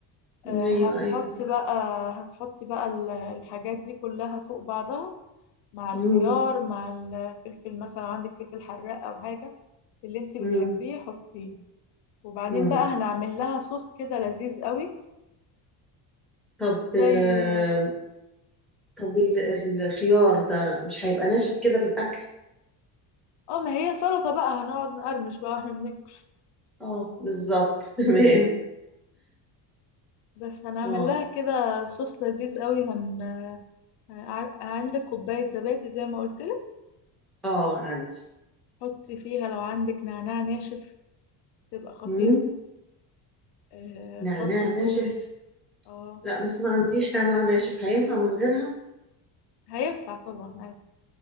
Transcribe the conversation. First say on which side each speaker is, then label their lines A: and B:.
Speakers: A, on the left (about 65°); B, in the centre.
A: آه،
B: ايوه
A: هتحط
B: ايوه صح
A: بقى هتحط بقى ال- الحاجات دي كلها فوق بعضها مع الخيار
B: امم
A: مع الفلفل مثلا عندك فلفل حراق أو حاجة اللي انت بتحبيه
B: امم
A: حطيه وبعدين
B: امم
A: بقى هنعمل لها صوص كده لذيذ قوي
B: طب
A: زي
B: آه، طب ال- الخيار ده مش هيبقى ناشف كده في الاكل
A: اه ما هي سلطة بقى هنقعد نقرمش بقى واحنا بناكل
B: اه بالظبط <laughs> تمام
A: بس هنعمل
B: اه
A: لها كده صوص لذيذ قوي هن... ع- عندك كوباية زبادي زي ما قلت لك
B: اه عندي
A: حطي فيها لو عندك نعناع ناشف تبقى خطيرة
B: امم
A: آه،
B: نعناع
A: فص ثوم
B: ناشف
A: اه
B: لا بس ما عنديش نعناع ناشف هينفع من غيرها
A: هينفع طبعا عادي